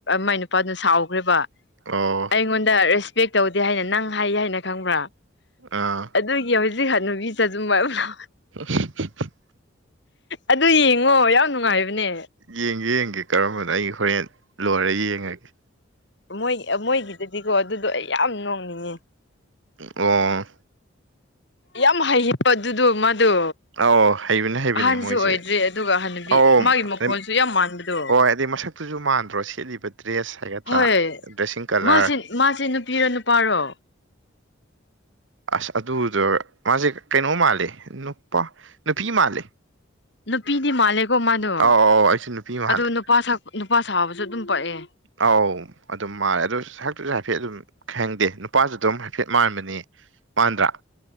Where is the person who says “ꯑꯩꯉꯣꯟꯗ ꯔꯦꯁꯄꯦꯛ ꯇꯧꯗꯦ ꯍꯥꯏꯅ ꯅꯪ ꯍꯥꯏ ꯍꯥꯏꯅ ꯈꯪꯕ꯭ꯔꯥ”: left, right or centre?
Left